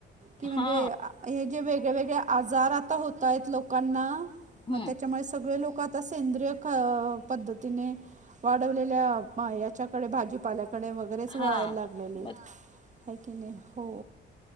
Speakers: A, on the right; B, on the left.
A: की म्हणजे
B: हां.
A: हे जे वेगळेवेेगळे आजार आता होतायत लोकांना
B: हं.
A: मग त्याच्यामुळे सगळे लोक आता सेंद्रिय ख पद्धतीने वाढवलेल्या पा याच्या कडे भाजीपाल्याकडे बग. बरेच वळायला
B: हां.
A: लागलेले.
B: मग
A: ह की नाही? हो